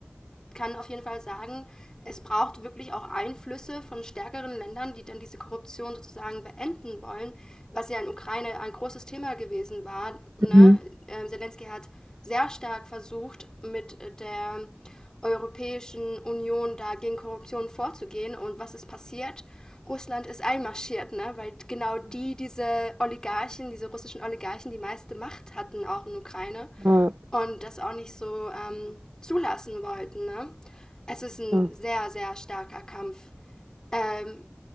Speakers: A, on the left (about 15°); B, on the right (about 60°).
A: kann auf jeden Fall sagen, es braucht wirklich auch Einflüsse von stärkeren Ländern, die dann diese Korruption sozusagen beenden wollen, was ja in Ukraine ein großes Thema gewesen war. Ne?
B: Mhm.
A: Ähm, Zelensky hat sehr stark versucht, mit der Europäischen Union da gegen Korruption vorzugehen. Und was ist passiert? Russland ist einmarschiert, ne? weil genau die, diese Oligarchen, diese russischen Oligarchen, die meiste Macht hatten, auch in Ukraine
B: Ja,
A: und das auch nicht so ähm, zulassen wollten. Ne? Es ist ein
B: ja.
A: sehr, sehr starker Kampf. Ähm,